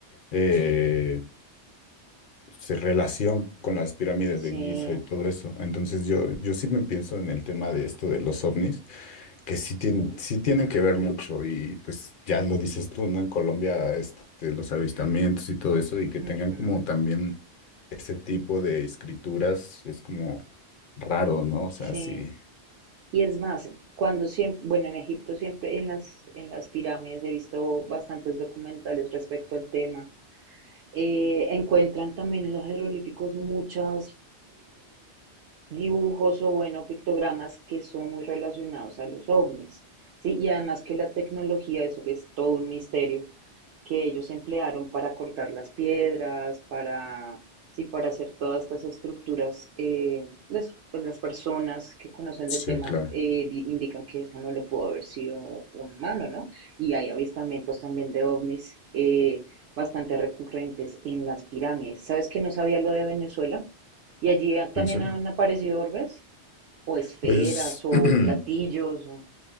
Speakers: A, on the left; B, on the right.
A: eh, se- relación con las pirámides
B: Sí.
A: de Giza y todo eso. Entonces yo, yo sí me pienso en el tema de esto de los ovnis, que sí, tienen
B: Sí.
A: sí tienen que ver mucho, y pues ya lo dices tú, ¿no? En Colombia, este, los avistamientos y todo eso, y que tengan
B: Ujú,
A: como también ese tipo de escrituras es como raro, ¿no? O sea,
B: Sí,
A: sí.
B: y es más, cuando siempre, bueno, en Egipto siempre en las, en las pirámides he visto bastantes documentales respecto al tema. Eh, encuentran también en los jeroglíficos muchos dibujos o, bueno, pictogramas que son muy relacionados a los ovnis, ¿sí? Y además que la tecnología, eso que es todo un misterio, que ellos emplearon para cortar las piedras, para, sí, para hacer todas estas estructuras. eh, pues, pues las personas que conocen
A: Sí,
B: del tema
A: claro.
B: eh, di- indican que eso no lo pudo haber sido un humano, ¿no? Y hay avistamientos también de ovnis eh, bastante recurrentes en las pirámides. ¿Sabes que no sabía lo de Venezuela? Y allí ha- también
A: ¿En serio?
B: han aparecido orbes, o esferas,
A: Pues,
B: o platillos.
A: <clears throat>
B: o-